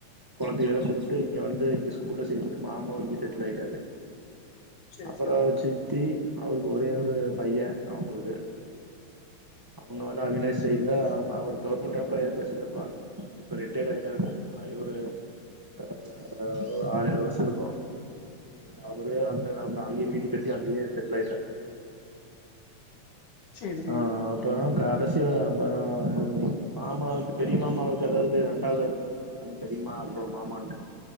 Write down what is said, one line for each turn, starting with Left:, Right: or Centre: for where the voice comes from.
Right: கொழந்திகள ஸ்டுப்ட்டு இங்க வந்து இப்டி ஸ்கூல்ல சேத்துட்டு மாமா வந் து செட்ல் ஆயிட்டாரு
Left: செரி
Right: அப்பறோ
Left: செரி
Right: சித்தி அவருக்கு ஒரே ஒரு பைய அவுங்குளுக்கு அவுங்க வந்து அவினாஷ் சைட்ல அவரு கவர்மெண்ட் எம்ப்ளாயா இருந்தாரு சித்தப்பா இப்ப ரிட்டைட் ஆயிட்டாங்க ஒரு ஆ ஒரு ஆறு வர்ஷோ இருக்கோ அவுரு அங்க அவங்க அங்கயே வீடு கட்டி அங்கியே செட்லாயிட்டா
Left: செர் செரி
Right: ஆ அப்பறோ கடைசில அப்பறோ மாமாவுக்கு பெரிய மாமாவுக்கு அதாவ்து ரெண்டாவது அங்க அது தெரியுமா அப்புற மாமான்ட்டு